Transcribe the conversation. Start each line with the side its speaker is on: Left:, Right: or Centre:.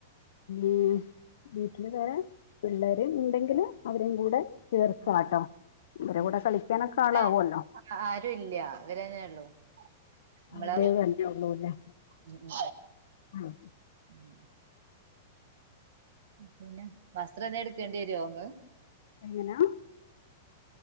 Left: ഈ വീട്ടില് വേറെ പിള്ളേര് ഉണ്ടെങ്കില് അവരേം കൂടെ ചേർക്കാട്ടോ.
Right: ഉം ഉം
Left: ഇവരെ
Right: ഉം
Left: കൂടെ കളിക്കാനൊക്കെ
Right: ഇവിടെ
Left: ആളാവൊല്ലോ
Right: ആരും ഇല്ല ഇവരന്നെ ഉള്ളൂ നമ്മള
Left: അവര് തന്നേ ഉള്ളൂല്ലേ
Right: ഉം ഉം
Left: ആ
Right: ഉം പിന്നെ വസ്ത്രം എന്തെങ്കിലും എടുക്കേണ്ടി വരോ മ്മ്
Left: എങ്ങനാ